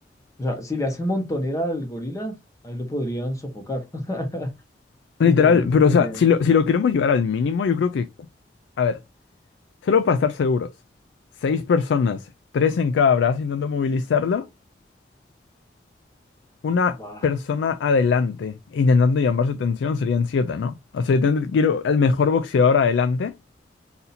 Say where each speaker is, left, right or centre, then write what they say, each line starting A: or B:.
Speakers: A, on the left; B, on the left.
A: O sea, si le hacen montonera al gorila, ahí lo podrían sofocar. <laughs>
B: Literal,
A: Literalmente
B: pero
A: tendrían...
B: o sea, si lo, si lo queremos llevar al mínimo, yo creo que... A ver, solo para estar seguros. Seis personas, tres en cada brazo intentando movilizarlo. Una
A: Bah,
B: persona adelante, intentando llamar su atención, serían siete, ¿no? O sea, yo tendría- quiero el mejor boxeador adelante